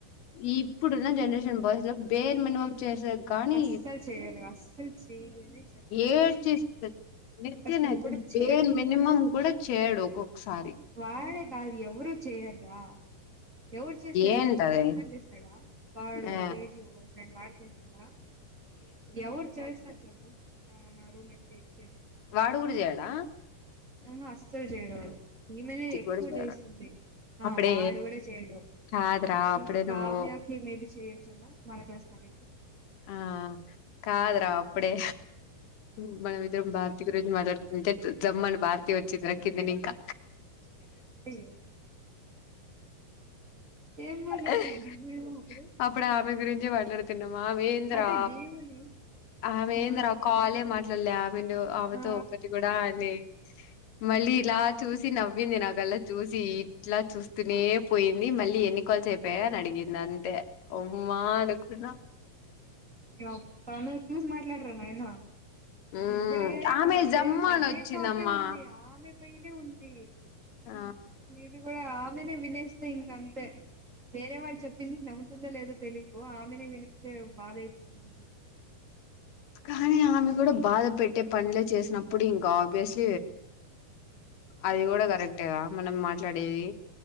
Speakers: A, on the left; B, on the right.
A: ఈ ఇప్పుడున్న జనరేషన్ బస్ పేరు మినిమం చేసేది కానీ
B: అస్సలు చెయరు అస్సలు చెయననే
A: ఏ తీ స నిత్యనజ
B: పర్సెంట్ కూడా
A: బేల్
B: చేయట్లేదు
A: మనిమమ్ కూడా చేయడు ఒక్కొక్కసారి
B: వాడే కదయావ ఎవరు చేయర్రా ఎవరు చేస్తారు
A: ఏంటది
B: ఇప్పుడు జీవన్ చేస్తాడా వాడు
A: ఆ
B: తేజు వై ఫ్రెండ్ వాడు చేస్త అ ఎవడు చేస్తాడు చెప్పు ఆ నా రూమేట్ తీ
A: వాడుగుడ చేయలా
B: ఆహా అస్ అసలు చేయడు వాడు, ఈమెనే ఎక్కువ
A: కూడా చేయడు
B: చేస్తుంది, ఆ
A: అప్పుడే
B: వాడు కూడా చేయడు
A: కాదురా అప్పుడే
B: ఇంకా
A: నువ్వు
B: కావ్యకి మేబి చేయొచ్చేమో, మన కస్తాలెకు
A: ఆ కాదురా అప్పుడే మ్ మన మిద్దరం భారతీ గురించి మాట్లాడుతుంటే జమ్మని భారతీ వచ్చిందిర కిందనింకా
B: అయ్యో ఏం మాట్లాడుతున్నాం
A: <unintelligible>
B: మేము అప్పుడు
A: అప్పుడా ఆమే గురించే మాట్లాడ్తున్నాం ఆమేంద్రా
B: అదే దేవుని
A: ఆమేంద్ర
B: ఆ
A: కాలే మాట్లాడలే ఆమెను ఆమెతో
B: ఆ
A: ఒకటి కూడా అని, మళ్ళీ ఇలా చూసి నవ్వింది నాకల్లా చూసి ఇట్లా చూస్తూనే పోయింది మళ్ళీ ఎన్ని కాల్స్ అయిపోయాయి అని అడిగింది అంతే ఓమ్మా అనుకున్నా
B: అ, తను చూసి మాట్లాడ్ర నాయనా
A: మ్మ్
B: ఇప్పుడే
A: ఆమె
B: మన పేన
A: జమ్మని
B: పదే
A: వచ్చిందమ్మా
B: టాకే ఉంది ఆమె పైనే ఉంది
A: ఆ
B: ఇది కూడా <unintelligible> వినేస్తే ఇంకా అంత వేరే వాళ్ళు చెప్పింది నం వినిందో లేదో తెలిదు ఆమెనే వినేస్ చే బాదైతుంది
A: కానీ ఆమె కూడా బాధ పెట్టే పనులే చేసినప్పుడు ఇంకా ఆబ్వియస్ అది కూడా కరెక్టేగా మనం మాట్ మాట్లాడేది